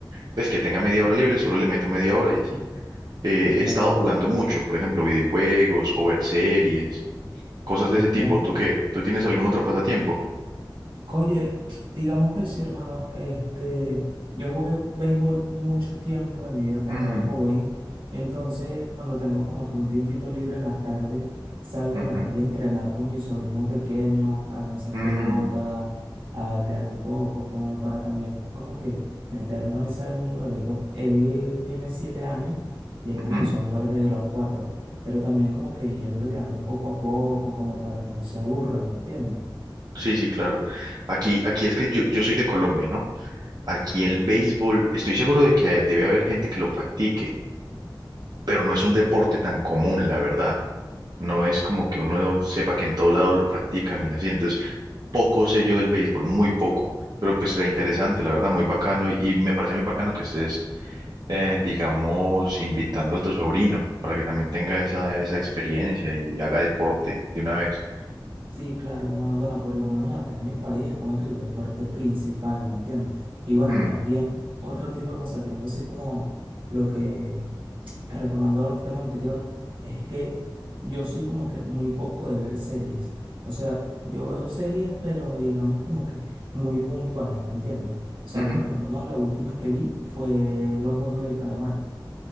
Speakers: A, on the right (about 55°); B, on the right (about 80°).
A: pues que tenga media hora libre, solo le meto media hora y así. Eh,
B: Claro,
A: he estado jugando mucho, por ejemplo, videojuegos o ver series Cosas
B: entiendo.
A: de ese tipo. ¿Tú qué? ¿Tú tienes algún otro pasatiempo?
B: Oye, digamos que sí, hermano. Este, yo jugué béisbol mucho tiempo en mi vida cuando
A: Mm,
B: era joven. Entonces, cuando tengo como que un tiempito libre en las tardes, salgo
A: ujú,
B: a la calle a entrenar con mis sobrinos pequeños, a lanzar
A: mm,
B: pelota, a batear un poco, como para también como que meterlo en ese mundo del béisbol. Él tiene siete años y él comenzó
A: ujú.
B: a jugar desde los cuatro, pero también como que irlo llevando poco a poco, como para que no se aburra, ¿me entiendes?
A: Sí, sí, claro. Aquí, aquí es que yo, yo soy de Colombia, ¿no? Aquí el béisbol, estoy seguro de que debe haber gente que lo practique, pero no es un deporte tan común, la verdad. No es como que uno sepa que en todo lado lo practican y así. Entonces, poco sé yo del béisbol, muy poco. Pero pues era interesante, la verdad, muy bacano y, y me parece muy bacano que estés eh, digamos, invitando a tu sobrino para que también tenga esa, esa experiencia y haga deporte de una vez.
B: Sí, claro, hermano. Bueno, por lo menos acá en mi país es como que el deporte principal, ¿me entiendes? Y bueno,
A: Mm,
B: también otro tipo de pasatiempo, así como lo que, retomando el tema anterior, es que yo soy como que muy poco de ver series. O sea, yo veo series, pero digamos como que muy puntuales, ¿me entiendes? O sea,
A: ujú,
B: por lo menos la última que vi fue Los Juegos del Calamar.